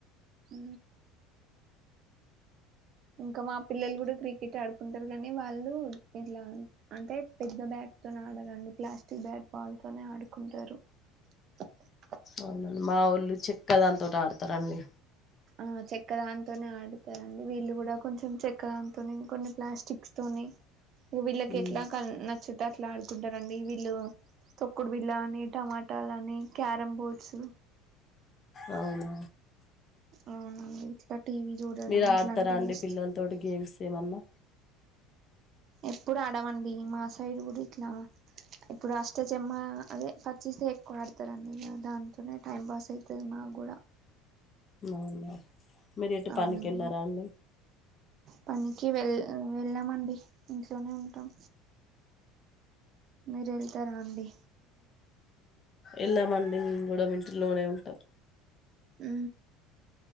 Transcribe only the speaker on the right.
అ ఇంకా మా పిల్లలు కూడా క్రికెట్ ఆడుకుంటారు గానీ వాళ్ళు ఇట్లా అంటే పెద్ద బ్యాట్ తోనే ఆడరండి ప్లాస్టిక్ బ్యాట్ బాల్ తోనే ఆడుకుంటారు కుంటారు
ఆ చెక్క దాంతోనే ఆడతారండి వీళ్ళు కూడా కొంచెం చెక్క దాంతోని కొన్ని ప్లాస్టిక్స్ తోని ఇక వీళ్ళకి
ఎట్లా క నచ్చదు అట్లా ఆడుకుంటారండి వీళ్ళు తొక్కుడు బిల్ల అని టమాటాలు అని క్యారం బోర్డ్స్
అవునండి ఇట్లా టీవీ చూడడం
అట్లాంటివి
చేస్తారు
ఎప్పుడు ఆడమండి మా సైడ్ కూడా ఇట్లా ఇప్పుడు అష్టచమ అదే పర్చిసే ఎక్కువ ఆడతారండి ఇక దాంతోనే టైం పాస్ అవుతది మాకు కూడా
అవునండి
పనికి వెళ్ల వెళ్ళమండి ఇంట్లోనే ఉంటాం మీరె ల్ తరండి
అ